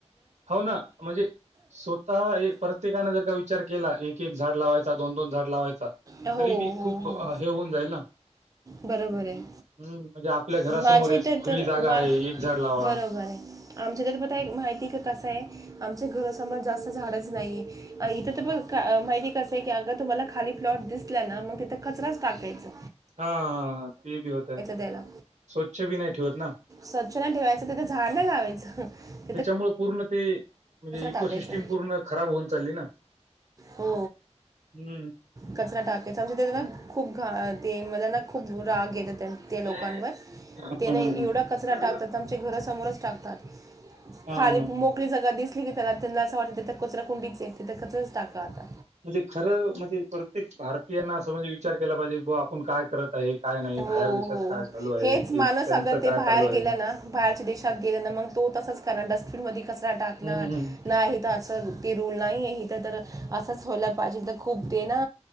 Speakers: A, on the right; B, on the right.
A: हो ना म्हणजे स्वतः एक प्रत्येकानें जर का विचार केला एक की एक झाड लावायचा, दोन दोन झाड लावायचा,
B: हो
A: तरी बी
B: हो
A: खूप
B: हो
A: हे होऊन जाईल ना
B: बरोबर आहे
A: हम्म म्हणजे आपल्या घरासमोर
B: माझ्या
A: एक
B: इथे
A: खुली
B: तर
A: जागा
B: मा
A: आहे एक झाड लावा
B: बरोबर
A: -
B: आहे आमच्या इथ तर बता एक माहिती आहे का कसं आहे आमच्या घरासमोर जास्त झाडच नाही आहे इथं तर ब का माहिती कसं आहे की अगं तुम्हाला खाली प्लॉट दिसला ना मग तिथं कचराच टाकायचा.
A: हा हा ते बी होत
B: त्याला
A: स्वच्छ बी नाही ठेवत ना
B: स्वच्छ नाही ठेवायचं तिथं झाड नाही लाावायचं ह
A: त्याच्यामुळे पूर्ण ते म्हणजे इकोसिस्टीम
B: टाकायचा
A: पूर्ण खराब होऊन चालली ना
B: हो
A: हम्म
B: कचरा टाकायचा म्हणजे ना खूप घा ते मला ना खूप राग येत ते लोकांवर
A: हा
B: तेने
A: हा
B: एवढा कचरा
A: हा
B: टाकतात आमच्या घरासमोरच टाकतात.
A: हा
B: खाली
A: हा हा.
B: मोकळी जागा दिसली की त्याला त्यांना असं वाटत कचरा कुंडीच आहे येथे कचराच टाका आता
A: म्हणजे खरं म्हणजे प्रत्येक भारतीयांना अस म्हणजे विचार केला पाहिजे आपण काय करत आहे, काय नाही
B: हो
A: बाहेर देशात
B: हो
A: काय चालू आहे,
B: हेच
A: ते
B: माणस
A: त्यांचं
B: अगर ते
A: काय
B: बाहेर
A: चालू आहे.
B: गेला ना बाहेरच्या देशात गेल्या ना मग तो तसाच करणार डस्टबिन मध्ये कचरा टाकणार
A: हं, हं,
B: नाही तो अस रूल नाही आहे त्या तर असंच होला पाहिजे तर खूप ते ना